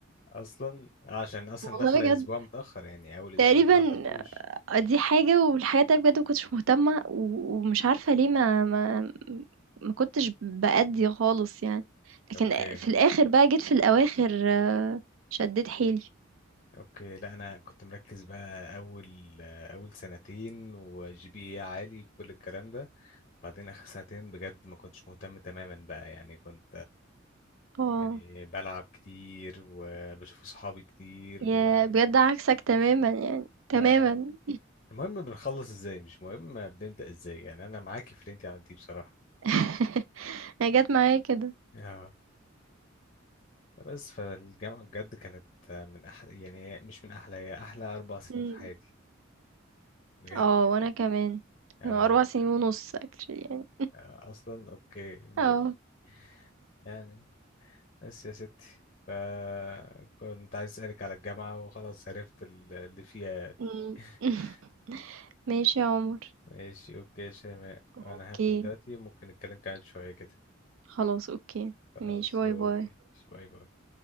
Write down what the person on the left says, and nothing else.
أصلا عشان أصلا
داخلة
أسبوع متأخر يعني أول أسبوعين
ما حضرتوش
أوكي
أوكي لا أنا كنت مركز بقى أول آه، أول سنتين وجي بي إيه عالي وكل الكلام ده بعدين آخر سنتين بجد ما كنتش مهتم تماما بقى يعني كنت
يعني بلعب كتير وبشوف صحابي كتير
و...
آه. المهم بنخلص ازاي مش مهم بنبدأ ازاي يعني انا معاكي في اللي انت عملتيه بصراحة
اه بس فالجامعة بجد كانت آه، من أحلى يعني هي- مش من أحلى هي أحلى أربع سنين
في حياتي بجد
يعني
اه
آه، أصلا أوكي ماشي
يعني بس يا ستي فكنت عايز أسألك على الجامعة وخلاص عرفت ال- اللي فيها يعني
<laughs>
ماشي اوكي يا شيماء
انا هقفل دلوقتي ممكن نتكلم كمان شوية كده
خلاص
اوكي
ماشي باي باي